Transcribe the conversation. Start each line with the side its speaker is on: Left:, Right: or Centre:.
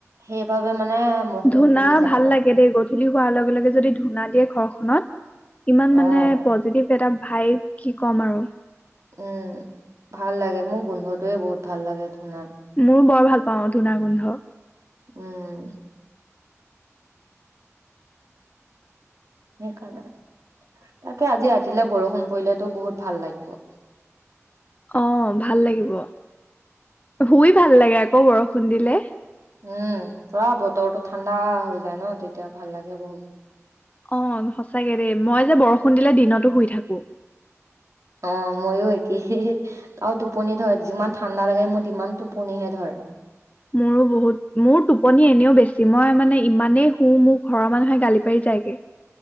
Right: সেইবাবে মানে মহটো
Left: ধূনা
Right: কমি যায়
Left: ভাল
Right: অলপ
Left: লাগে দেই গধূলি হোৱাৰ লগে লগে যদি ধূনা দিয়ে ঘৰ অত ইমান মানে
Right: অ
Left: পজিটিভ এটা ভাই কি ক'ম আৰু
Right: উম ভাল লাগে মোৰ গোন্ধটোৱে বহুত ভাল লাগে ধূনাৰ
Left: মোৰো বৰ ভাল পাওঁ ধূনাৰ গোন্ধ
Right: উম সেইকাৰণে তাকে আজি ৰাতিলে বৰষুণ পৰিলেতো বহুত ভাল লাগিব
Left: অ ভাল লাগিব শুই ভাল লাগে আকৌ বৰষুণ দিলে
Right: উম পুৰা বতৰটো ঠাণ্ডা হৈ যায় ন তেতিয়া ভাল লাগে বহুত
Left: অ‌', সঁচাকে দেই মই যে, বৰষুণ দিলে দিনতো শুই থাকো।
Right: অ' ময়ো একেইহে আৰু টোপনি ধৰে যিমান ঠাণ্ডা লাগে মোৰ সিমান টোপনিহে ধৰে।
Left: মোৰো বহুত মোৰ টোপনি এনেও বেছি, মই মানে ইমানেই শুওঁ মোৰ ঘৰৰ মানুহে গালি পাৰি যায়গে।